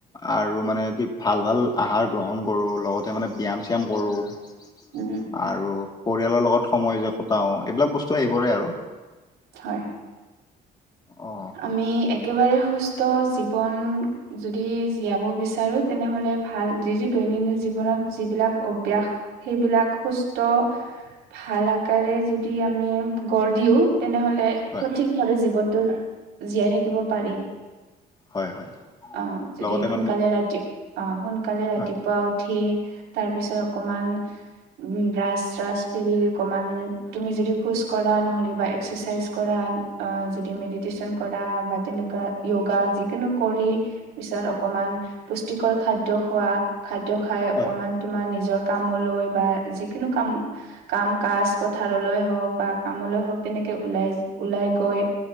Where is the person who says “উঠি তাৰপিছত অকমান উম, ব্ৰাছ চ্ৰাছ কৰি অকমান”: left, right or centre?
Right